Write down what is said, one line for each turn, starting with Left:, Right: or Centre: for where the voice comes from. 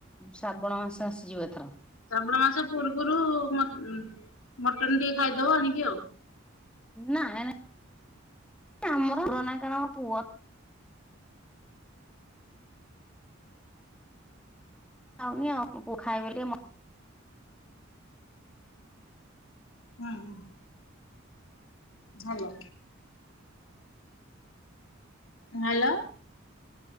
Centre: ଶ୍ରାବଣ ମାସ ଆସିଯିବ ଏଥର।
Left: ଶ୍ରାବଣ ମାସ ପୂର୍ବରୁ ମତ୍ ମଟନ ଟିକେ ଖାଇଦବ ଆଣିକି ଆଉ।
Centre: ନା ହେଣେ ତ୍ର ନାହିଁ କାହିଁକିନା ଆମ ପୁଅ ପାଉନି ଆଉ ମୁଁ ଖାଏ ବୋଲି ଟିକେ ମ
Left: ୱା ହୁଁ। ଭଲ। Hello